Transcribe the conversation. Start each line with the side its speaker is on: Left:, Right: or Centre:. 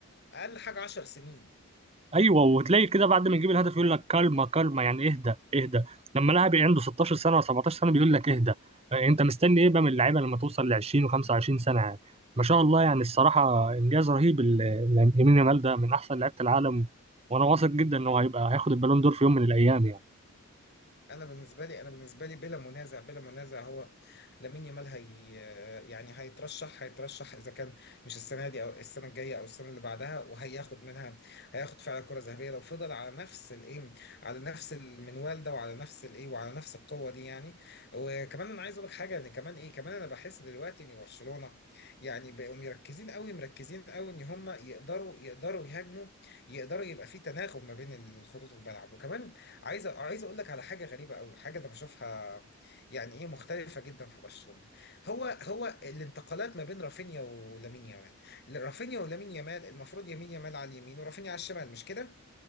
Left: اقل حاجه 10 سنين
Right: ايوه وتلاقي كده بعد ما يجيب الهدف يقول لك كلمه كلمه يعني اهدى اهدى لما لاعب عنده 16 سنه و 17 سنه بيقول لك اهدى آه، انت مستني ايه بقى من اللعيبه لما توصل ل 20 و25 سنه يعني ما شاء الله يعني الصراحه انجاز رهيب ال- ال- يمين يامال ده من احسن لعيبه العالم وانا واثق جدا انه هيبقى هياخد البالون دور في يوم من الايام يعني
Left: انا بالنسبه لي انا بالنسبه لي بلا منازع بلا منازع هو لامين يامال هي يعني هيترشح هيترشح اذا كان مش السنه دي او السنه الجايه او السنه اللي بعدها وهياخد منها هياخد فعلا كره ذهبيه لو فضل على نفس الايه على نفس المنوال ده وعلى نفس الايه وعلى نفس القوه دي يعني وكمان انا عايز اقول لك حاجه ان كمان ايه كمان انا بحس دلوقتي ان برشلونه يعني بقوا مركزين قوي مركزين قوي ان هم يقدروا يقدروا يهاجموا يقدروا يبقى في تناغم ما بين الخطوط الملعب وكمان عايز عايز اقول لك على حاجه غريبه قوي حاجه انا بشوفها يعني ايه مختلفه جدا في برشلونه هو هو الانتقالات ما بين رافينيا ولامين يامال رافينيا ولامين يامال المفروض يمين يامال على اليمين ورافينيا على الشمال مش كده